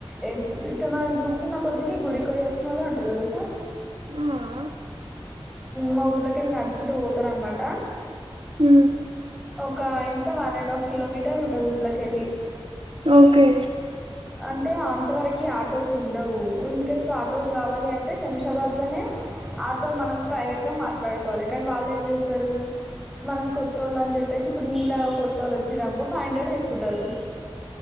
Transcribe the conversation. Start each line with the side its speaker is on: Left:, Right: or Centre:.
Centre: ఇ మనం చూస్తున్న కొద్దిక గుడికి పోయి వస్తున్నారు ఉంటారు తెలుసా
Right: ఆ
Centre: మా ఊర్లోకి వెళ్ళి నడుచుకుంటూ పోతార అనమాట
Right: హ
Centre: ఒక ఎంత వన్ అండ్ హాఫ్ కిలోమీటర్ ఉంటుంది ఊర్లో కెళ్ళి
Right: ఓకే
Centre: అంటే అంతవరకు ఆటోస్ ఉండవు ఇన్ కేస్ ఆటోస్ కావాలి అంటే శంషాబాద్లోనే ఆటో మనం ప్రైవేట్గా మాట్లాడుకోవాలి కానీ వాళ్ళు ఏం చేస్తారు మనం కొత్త వాళ్ళు అని చెప్పేసి ఇప్పుడు నీలాగా కొత్త వాళ్ళు వచ్చినకో ఫైవ్ హండ్రెడ్ వేసుకుంటారు